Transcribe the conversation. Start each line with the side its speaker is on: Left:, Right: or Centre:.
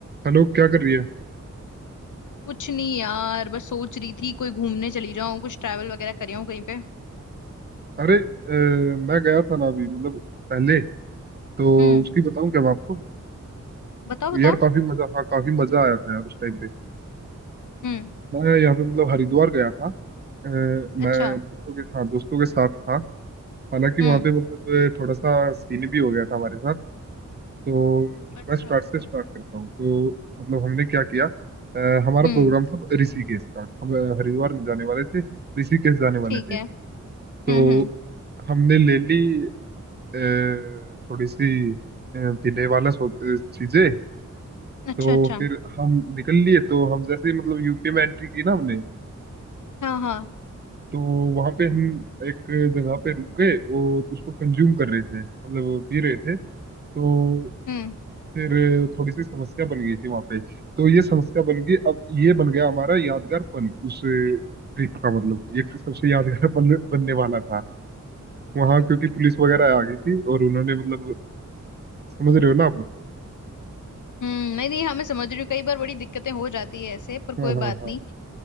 Right: Hello क्या कर रही है
Left: कुछ नहीं यार बस सोच रही थी कोई घूमने चली जाऊं कुछ ट्रैवल वगैरह कर आऊं कहीं पे
Right: अरे अ, मैं गया था ना अभी मतलब पहले तो
Left: हम्म
Right: उसकी बताऊं क्या मैं आपको
Left: बताओ
Right: तो
Left: बताओ
Right: यार काफी मजा हाँ काफी मजा आया था यार उस टाइम पे
Left: हम्म
Right: मैं यहाँ पे मतलब हरिद्वार गया था अ, मैं
Left: अच्छा
Right: दोस्तों के हाँ दोस्तों के साथ था हालांकि वहाँ
Left: हम्म
Right: पे मतलब अ, थोड़ा सा सीन भी हो गया था हमारे साथ तो
Left: अच्छा
Right: मैं स्टार्ट से स्टार्ट करता हूँ तो मतलब हमने क्या किया अ, हमारा
Left: हम्म
Right: प्रोग्राम था ऋषिकेश का हम अ, हरिद्वार नहीं जाने वाले थे ऋषिकेश जाने
Left: ठीक
Right: वाले थे
Left: है हम्म
Right: तो
Left: हम्म
Right: हमने ले ली अ, थोड़ी सी अ, पीने वाला सो- अ, चीजें
Left: अच्छा
Right: तो
Left: अच्छा
Right: फिर हम निकल लिए तो हम जैसे ही मतलब यूपी में एंट्री की ना हमने
Left: हाँ हाँ
Right: तो वहां पे हम एक जगह पे रुक गए और उसको कंज्यूम कर रहे थे मतलब पी रहे थे तो
Left: हम्म
Right: फिर थोड़ी सी समस्या बन गई थी वहां पे तो ये समस्या बन गई अब ये बन गया हमारा यादगार पल उस ट्रिप का मतलब ये सबसे यादगार पल बनने वाला था वहां क्योंकि पुलिस वगैरह आ गई थी और उन्होंने मतलब समझ रहे हो ना आप
Left: हम्म नहीं नहीं हमें समझ रही हूँ कई बार बड़ी दिक्कतें हो जाती है ऐसे पर
Right: हाँ
Left: कोई
Right: हाँ
Left: बात
Right: हाँ
Left: नहीं